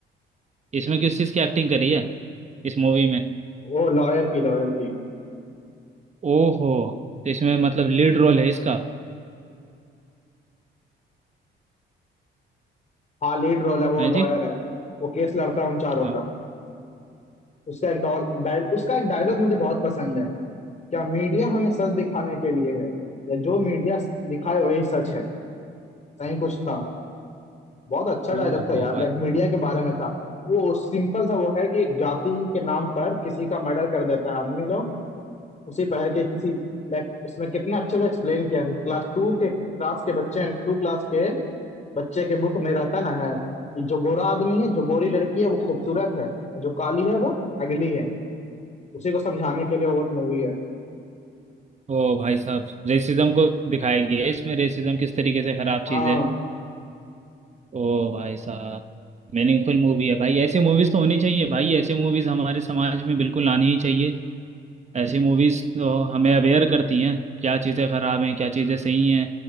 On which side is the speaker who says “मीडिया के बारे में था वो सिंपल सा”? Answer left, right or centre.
Left